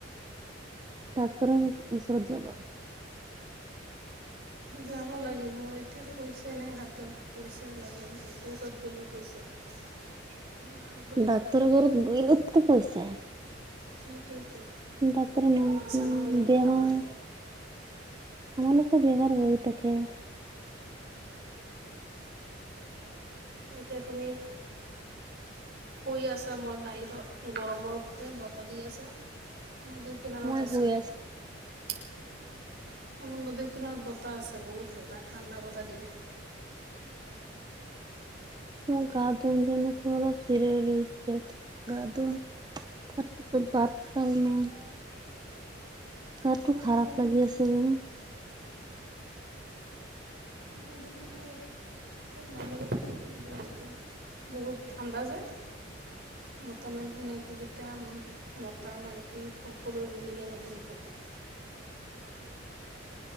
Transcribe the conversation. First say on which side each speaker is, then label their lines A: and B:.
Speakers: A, on the right; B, on the right.
A: ডক্তৰ ওচৰত যাবা।
B: যাব লাগিব এতিয়া পইচা নাই হাতত, পইচা লাগে ডক্তৰ ওচৰত গ'লেই পইচা। <unintelligible> বেলেগ
A: ডাক্তৰ
B: কাম নাই
A: ঘৰত গলে পইচা।
B: সেইটোৱেইতো
A: ডাক্তৰ নামত
B: পইচা নহ'লে একো
A: বেমাৰ
B: কাম নাই <inaudible>
A: আমালোকো বেমাৰ হৈ থাকে।
B: এতিয়া তুমি শুই আছে মই বাহিৰত গৰমত দি বতাহ দি আছে। নদী কিনাৰত
A: মই
B: আছো।
A: শুই
B: আমাৰ নদীৰ কিনাৰত বতাহ আছে বহুত বতাহ ঠাণ্ডা বতাহ দিয়ে।
A: <unintelligible> মই গা ধুম যেন মোক অলপ জিৰাই লৈছিলোঁ গা ধুম। তাৰপিছত বাত খলি না নাই গাটো
B: সেয়ে
A: খাৰাপ লাগি আছে জনা।
B: মন টো কিবা ভাল বহুত ঠাণ্ডা যে। মতা নাইকী কেইটা মতা নাইকে সকলোৱো মিলিকন ঘূৰি থাকে। <inaudible>